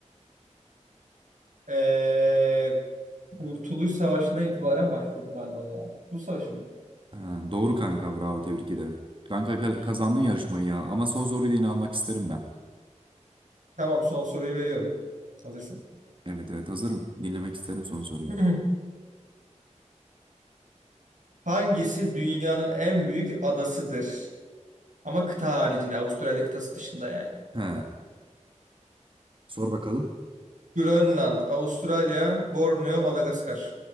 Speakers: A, on the right; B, on the right.
A: Ee, Kurtuluş Savaşı'na itibaren başladı galiba ya. Bu savaşı mı?
B: Ha, doğru kanka bravo tebrik ederim. Kanka ka-
A: İyi,
B: kazandın
A: iyi,
B: yarışmayı
A: iyi.
B: ya ama son soruyu da yine almak isterim ben.
A: Tamam son soruyu veriyorum. Hazırsın.
B: Evet evet hazırım. Dinlemek isterim son soruyu.
A: <clears throat> Hangisi dünyanın en büyük adasıdır? Ama kıta haricinde, Avustralya kıtası dışında yani.
B: He. Sor bakalım.
A: Grönland, Avustralya, Borneo, Madagaskar.